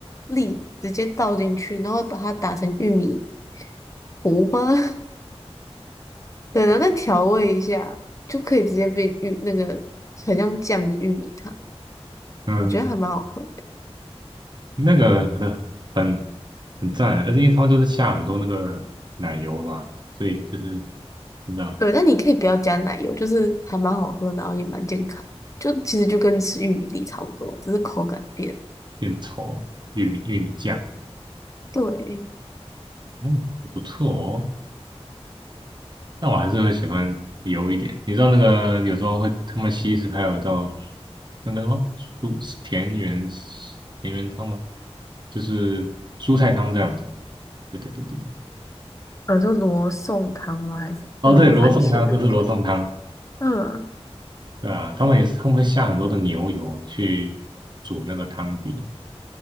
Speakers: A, on the left; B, on the right.
A: 粒直接倒进去，然后把它打成玉米糊吗？<laughs> 对，然后再调味一下，就可以直接变玉那个很像酱的玉米汤，
B: 嗯，
A: 我觉得还蛮好喝的。
B: 那个很很很赞，而且因为他们就是下很多那个奶油嘛，所以就是你知道。
A: 对，但你可以不要加奶油，就是还蛮好喝，然后也蛮健康，就其实就跟吃玉米粒差不多，只是口感变。
B: 变稠，玉米、玉米酱，
A: 对，
B: 哦，不错哦。但我还是会喜欢油一点。你知道那个有时候会他们西式还有叫那个什么蔬田园田园汤吗？就是蔬菜汤这样子。对对对对对。
A: 呃，就罗宋汤吗？还是那种番茄的那个？
B: 哦，对，罗宋汤就是罗宋汤，
A: 嗯
B: 对啊，他们也是他们会下很多的牛油去煮那个汤底。